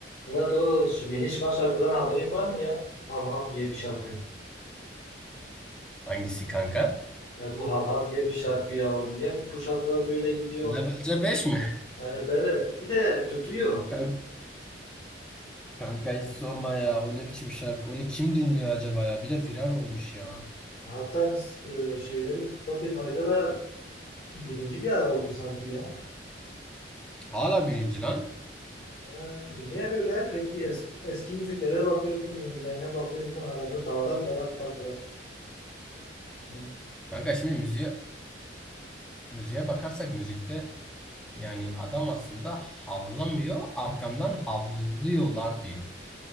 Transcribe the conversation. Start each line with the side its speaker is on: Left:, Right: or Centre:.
Left: Ya o yeni çıkan şarkıdan haberin var mı ya? Hav Hav diye bir şarkı.
Centre: Hangisi kanka?
Left: Ya bu Hav Hav diye bir şarkı ya. Niye bu şarkılar böyle gidiyor?
Centre: Levelce 5 mi?
Left: Evet evet. Bir de tutuyor.
Centre: Kanka, kanka hiç sorma ya. O ne biçim şarkı? Onu kim dinliyor acaba ya? Bir de viral olmuş ya.
Left: Hatta e, şeyde mi, Spotify'da da birinci bir ara oldu sanki ya.
Centre: Hala birinci lan.
Left: Ha, e, niye böyle? Peki es- eski müziklere bakıyorsun, yenilerine bakıyorsun. Arada dağlar kadar fark var. Hı.
Centre: Kanka şimdi müziğe, müziğe bakarsak müzikte yani adam aslında havlamıyor, arkamdan havlıyorlar diyor.